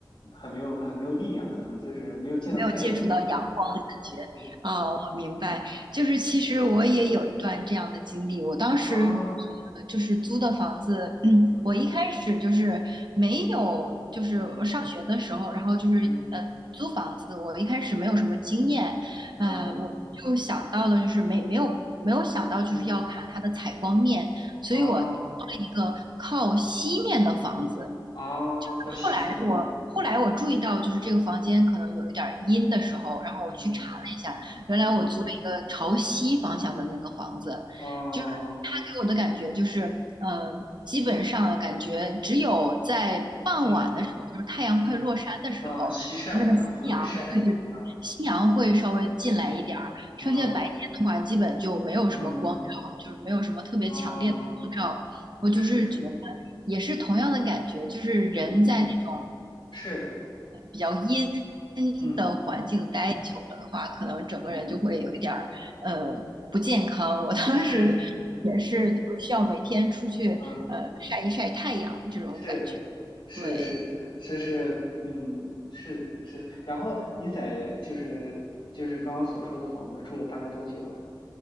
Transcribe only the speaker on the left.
很没有很没有力量，可能就是没有见到太阳的原因。
对对
对
啊，
嗯
嗯
嗯，
那
嗯
啊啊，靠西啊，
嗯
嗯嗯啊
嗯
嗯啊，西晒啊，
会很晒啊，
嗯
嗯
嗯。
哦，
是，
嗯，是，
嗯
嗯
是，
嗯，是是是是是，
嗯是是。然后你在就是就是刚刚所说的房子住了大概多久啊？